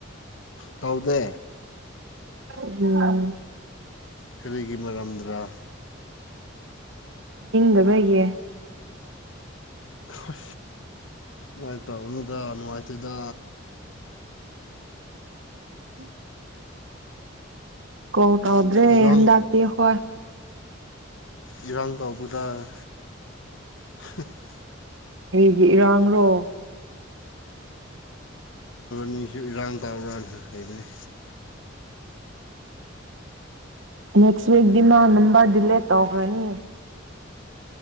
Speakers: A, on the left (about 75°); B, on the right (about 70°).
A: ꯇꯧꯗꯦ
B: ꯎꯝ
A: ꯀꯔꯤꯒꯤ ꯃꯔꯝꯗ꯭ꯔꯥ
B: <unintelligible>
A: ꯍ ꯅꯨꯡꯉꯥꯏ ꯇꯕꯗꯨꯗ ꯅꯨꯡꯉꯥꯏꯇꯦꯗ
B: <unintelligible> ꯀꯤꯜ ꯇꯧꯗ꯭ꯔꯦ
A: ꯏꯔꯥꯡ
B: ꯍꯟꯗꯇꯤ ꯍꯣꯏ
A: ꯏꯔꯥꯡ ꯇꯧꯕꯗ <unintelligible>
B: ꯀꯩꯒꯤ ꯏꯔꯥꯡꯔꯣ
A: ꯅꯤꯁꯨ ꯏꯔꯥꯡ ꯇꯥꯎꯔꯅ ꯍꯩꯕꯅꯤ
B: ꯅꯤꯛꯁꯇ ꯅꯝꯕꯔ ꯗꯦꯂꯦꯠ ꯇꯧꯒ꯭ꯔꯅꯤ